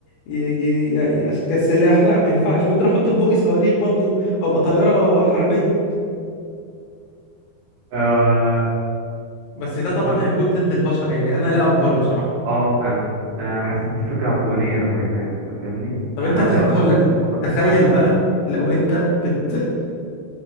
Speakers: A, on the left; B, on the right.
A: ي... ي... ي... كسلاح لا ما ينفعش ممكن أحط في بقي صواريخ برضو وأبقى طيارة حربية
B: آه
A: بس ده طبعا
B: بص
A: هيكون ضد البشر يعني أنا لا أقبله بصراحة
B: اه انا انا حسيت دي فكره عدوانيه قوي يعني انت فاهمني
A: طب
B: ان
A: أنت
B: حد
A: تخ...
B: اصلا
A: هقول
B: يحط
A: لك
B: في بقك
A: تخيل
B: بتاع مش
A: بقى
B: عارف
A: لو أنت بت...